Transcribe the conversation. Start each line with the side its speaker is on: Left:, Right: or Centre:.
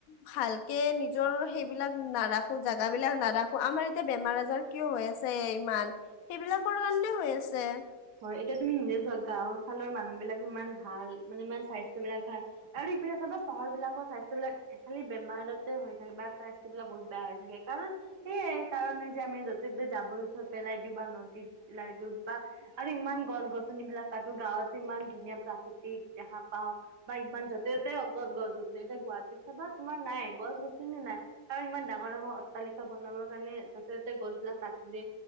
Left: ভালকে নিজৰ সেইবিলাক নাৰাখো জাগা বিলাক নাৰাখো আমাৰ এতিয়া বেমাৰ আজাৰ কিয় হৈ আছে? ইমান সেইবিলাকৰ কাৰণে হৈ আছে।
Right: হয়, এতিয়া তুমি নিজে চোৱা গাঁওৰ ফালৰ মানুহ বিলাক ইমান ভাল মানে ইমান স্বাস্থ্য বিলাক ভাল আৰু এইপিনে চাবা চহৰবিলাকৰ স্বাস্থ্যবিলাক খালী বেমাৰ আজাৰতে হৈ থাকে বা স্বাস্থ্যবিলাক বহুত বেয়া হৈ থাকে। কাৰণ সেইয এ কাৰণে যে আমি য'তে ত'তে জাবৰ পেলাই দিওঁ বা নদীত পেলাই দিওঁ বা আৰু ইমান গছ-গছনিবলাক তাতো গাঁৱত ইমান ধুনীয়া প্ৰাকৃতিক দেখা পাওঁ বা ইমান য'তে ত'তে অগ গছ-গছনি এতিয়া তেতিয়াৰ পৰা তোমাৰ নাই, গছ-গছনি নাই, কাৰণ ইমান ডাঙৰ ডাঙৰ অট্টালিকা বনাবৰ কাৰণে যথ ততে গছবিলাক কাটিলে।